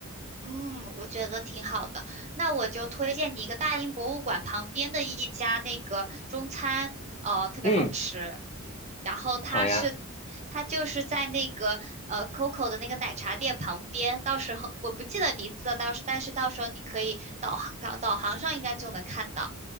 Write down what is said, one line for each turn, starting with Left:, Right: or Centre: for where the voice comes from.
Right: 嗯，我觉得挺好的。那我就推荐你一个大英博物馆旁边的一家那个中餐，哦，特别好吃。
Left: 嗯，
Right: 然后它是，
Left: 好呀。
Right: 它就是在那个呃 Coco 的那个奶茶店旁边。到时候我不记得名字了到时但是到时候你可以导航导导航上应该就能看到。